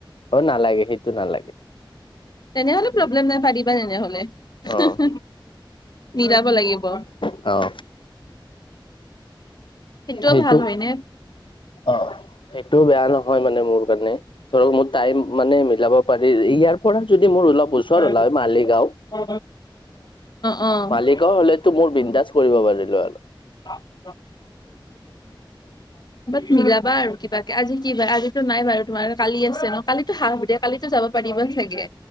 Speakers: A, on the left (about 70°); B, on the left (about 50°).
A: অ নালাগে সেইটো নালাগে
B: তেনেহলে প্ৰব্লেম নাই পাৰিবা তেনেহলে
A: অ
B: হে হে মিলাব লাগিব
A: অ
B: সেইটোও
A: সেইটো
B: ভাল হয়নে
A: অ সেইটো বেয়া নহয় মানে মোৰ কাৰণে ধৰক মোৰ টাইম মানে মিলাব পাৰি ইয়াৰ পৰা যদি মোৰ অলপ
B: <unintelligible>
A: ওচৰ ওলাই মালিগাঁও
B: অ অ
A: মালিকৰ
B: <unintelligible>
A: হলেতো মোৰ বিন্দাজ কৰিব পাৰিলো আৰু
B: <unintelligible> বাত মিলাবা আৰু কিবাকে আজি কি বাৰ আজি তো নাই বাৰু তোমাৰ কালি আছে ন কালিতো সা বিদায় কালিতো যাব পাৰিবা চাগে